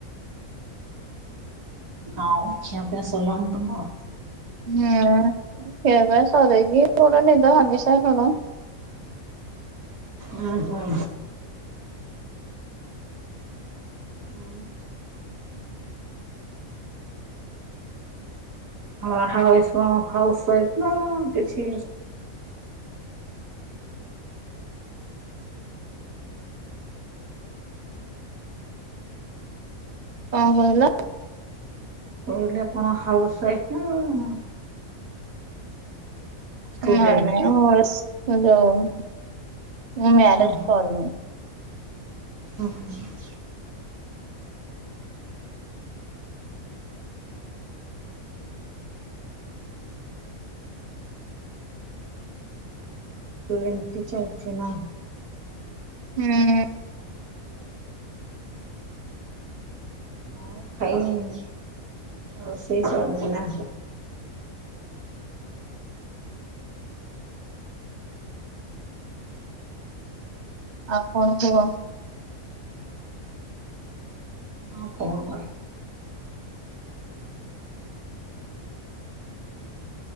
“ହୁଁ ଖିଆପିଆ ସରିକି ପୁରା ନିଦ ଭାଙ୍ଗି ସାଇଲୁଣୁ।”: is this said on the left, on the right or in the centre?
Right